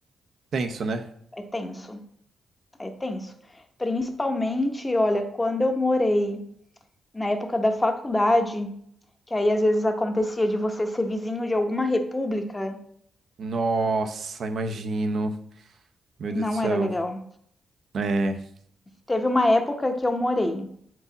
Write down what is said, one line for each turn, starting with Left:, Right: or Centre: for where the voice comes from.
Right: Tenso, né?
Left: é tenso. É tenso. Principalmente, olha, quando eu morei na época da faculdade, que aí às vezes acontecia de você ser vizinho de alguma república,
Right: Nossa, imagino. Meu
Left: não
Right: Deus do céu.
Left: era legal.
Right: É.
Left: Teve uma época que eu morei